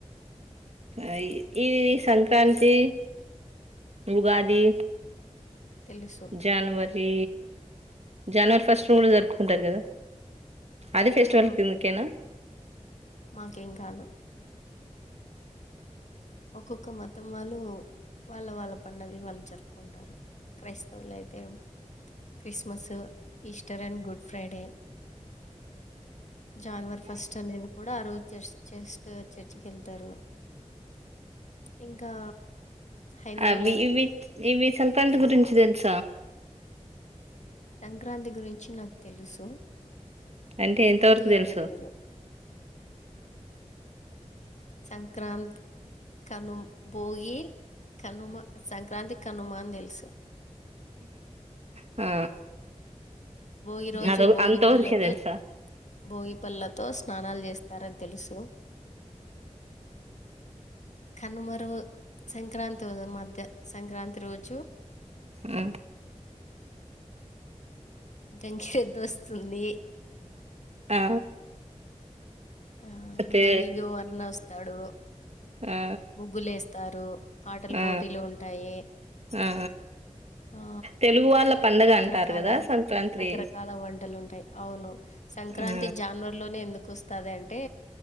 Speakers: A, on the right (about 55°); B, on the left (about 70°).
A: ఆ ఈ సంక్రాంతి ఉగాది
B: తెలుసు
A: జనవరి జనవరి ఫస్ట్ ను కూడా జరుపుకుంటారు కదా అది ఫెస్టివల్
B: ఆ
A: కిందికేనా
B: మాకేం కాదు ఒక్కొక్క మతం వాళ్ళు వాళ్ళ వాళ్ళ పండగలు వాళ్ళు జరుపుకుంటారు. క్రైస్తవులు అయితే Christmas, Easter and Good Friday January first అనేది కూడా అరు చర్చ్ చస్ట్ చర్చికి వెళ్తారు ఇంకా హైందవులైతే
A: అవి ఇవి ఇవి చ ఫ్రెండ్ గురించి తెలుసా
B: సంక్రా అంతి గురించి నాకు తెలుసు
A: అంటే ఎంతవరకు
B: లోతుగా
A: తెలుసు
B: తెలియదు. సంక్రాంత్ కను భోగి కనుమ సంక్రాంతి కనుమా అని తెలుసు
A: ఆ
B: భోగి రోజు
A: అద
B: భోగిపళ్ళతో
A: అంత వరకే తెలుసా
B: భోగి పండ్లతో స్నానాలు చేస్తారని తెలుసు కనుమ రో సంక్రాంతి మధ్య సంక్రాంతి రోజు
A: ఉ
B: జంక్ పెద్ద వస్తుంది
A: ఆ
B: ఆ
A: అయితే
B: గంగి గోవర్ధన వస్తాడు
A: ఆ
B: ముగ్గులు వేస్తారు ఆటల
A: ఆ
B: పోటీలు ఉంటాయి
A: ఆ
B: ఆ
A: తెలుగు వాళ్ళ పండగ
B: రకరకాల
A: అంటారు కదా సంక్రాంతి
B: రకరకాల వంటలు ఉంటాయి అవును సంక్రాంతి
A: ఆ
B: జానవరీ లోనే ఎందుకు కోస్తాది అంటే